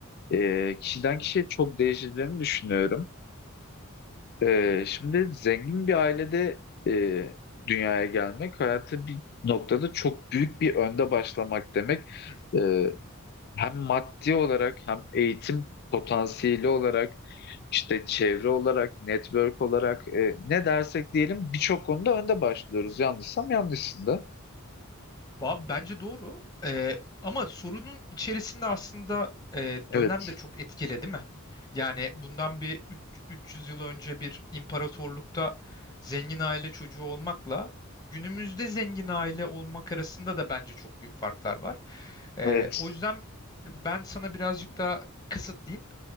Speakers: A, on the left; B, on the left.
A: e, kişiden kişiye çok değişeceğini düşünüyorum. E, şimdi zengin bir ailede e, dünyaya gelmek hayatı bir noktada çok büyük bir önde başlamak demek.
B: Hı
A: E, hem maddi olarak hem eğitim potansiyeli olarak işte çevre olarak network olarak e, ne dersek diyelim birçok konuda önde başlıyoruz. Yanlışsam yanlışsın da.
B: Ba- Bence doğru. Ee, ama sorunun içerisinde aslında e,
A: Evet.
B: dönem de çok etkili, değil mi? Yani bundan bir üç- 300 yıl önce bir imparatorlukta zengin aile çocuğu olmakla günümüzde zengin aile olmak arasında da bence çok büyük farklar var. Ee,
A: Evet.
B: o yüzden ben sana birazcık daha kısıtlayayım.